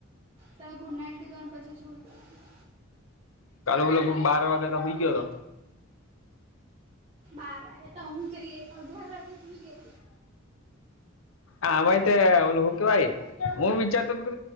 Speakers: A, on the right; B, on the left.
A: તમે ગુડ નાઈટ કીધું ને પછી સૂઈ ગઈ તી.
B: કાલે <unintelligible> લગભગ બાર વાગે તો હુઈ ગયો તો.
A: બાર વાગે તો હું જ અધવટી ગઈ.
B: આ વાતે ઓલું હું કહેવાય? હું વિચારતો હતો